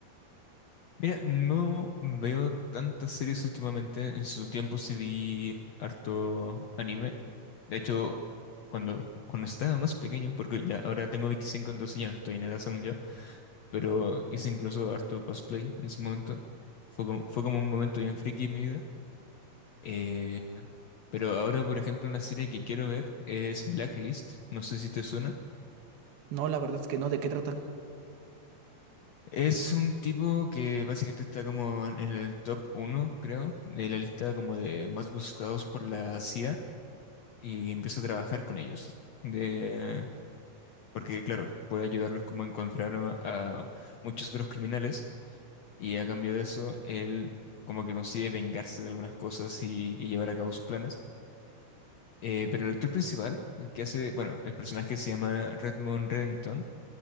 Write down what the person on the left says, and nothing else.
Mira, no veo tantas series últimamente. En su tiempo sí vi harto anime. De hecho, cuando, cuando estaba más pequeño, porque ya ahora tengo 25 entonces ya no estoy en edad según yo, pero hice incluso harto cosplay en su momento. Fue como, fue como un momento bien friki en mi vida. Eh, pero ahora, por ejemplo, una serie que quiero ver es Blacklist. No sé si te suena.
Es un tipo que básicamente está como en en el top uno creo, de la lista como de más buscados por la CIA y empezó a trabajar con ellos. De... Porque, claro, puede ayudarlos como a encontrar a, a muchos otros criminales y a cambio de eso, él como que consigue vengarse de algunas cosas y, y llevar a cabo sus planes. Eh, pero el actor principal, el que hace, bueno, el personaje se llama Redmond Reddington.